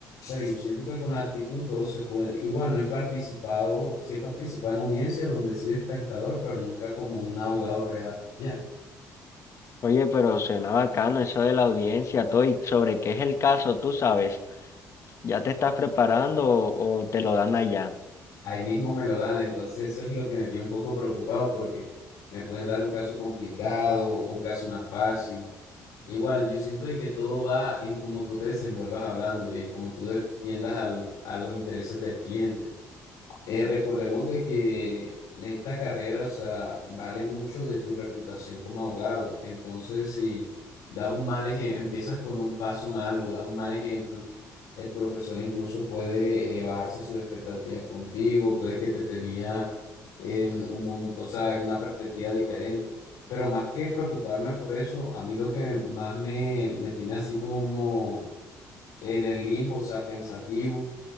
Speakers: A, on the left; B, on the left.
A: pero yo siento que con actitud todo se puede. Igual no he participado, sí he participado en audiencias donde he sido espectador, pero nunca como un abogado real. Ya,
B: Oye, pero suena bacano eso de la audiencia, todo, y sobre qué es el caso, tú sabes, ¿ya te estás preparando o o te lo dan allá?
A: ahí mismo me lo dan, entonces eso es lo que me tiene un poco preocupado porque me pueden dar un caso complicado o un caso más fácil. Igual, yo siento de que todo va en cómo tú te desenvuelvas hablando y en cómo tú defiendas al, a los intereses del cliente. Eh, recordemos de que le- esta carrera, o sea, vale mucho de tu reputación como abogado. Entonces, si das un mal ejemplo, empiezas con un paso malo, das un mal ejemplo, el profesor incluso puede eh, bajarse sus expectativas contigo, puede que te tenía en un mundo, o sea, en una perspectiva diferente. Pero más que preocuparme por eso, a mí lo que más me, me tiene así como en el limbo, o sea, pensativo